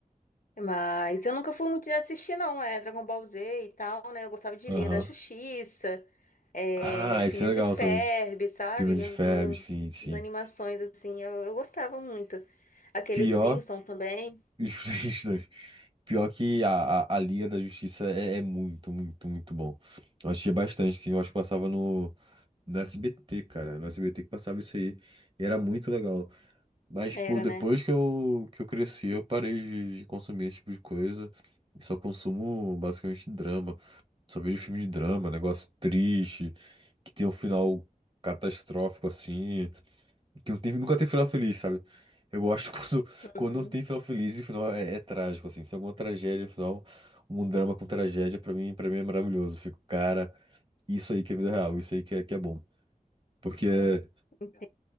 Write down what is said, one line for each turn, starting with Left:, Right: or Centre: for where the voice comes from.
Left: Mas eu nunca fui muito de assistir, não. É Dragon Ball Z e tal, né? Eu gostava de
Right: Aham.
Left: Liga da Justiça, é,
Right: Ah,
Left: Phineas
Right: esse é legal
Left: e Ferb,
Right: também.
Left: sabe?
Right: Firmas e Ferb,
Left: Uns, uns-
Right: sim, sim.
Left: uns as animações, assim, eu, eu gostava muito. Aqueles
Right: pior
Left: Flintstones também.
Right: Os <laughs> dois. Pior que a, a, a Liga da Justiça é, é muito, muito, muito bom. Eu assistia bastante, sim. Eu acho que passava no, no SBT, cara. No SBT que passava isso aí. E era muito legal. Mas,
Left: Era,
Right: tipo, depois
Left: né?
Right: que eu, que eu cresci, eu parei de, de consumir esse tipo de coisa. E só consumo basicamente drama. Só vejo filme de drama, negócio triste, que tem um final catastrófico assim. Que não tem, nunca tem final feliz, sabe? Eu gosto <laughs> quando, quando
Left: Uhum.
Right: não tem final feliz e o final é, é trágico, assim. Se tem alguma tragédia no final, um drama com tragédia, pra mim, pra mim é maravilhoso. Eu fico, cara, isso aí que é vida real, isso aí que é, que é bom. Porque
Left: Entendi.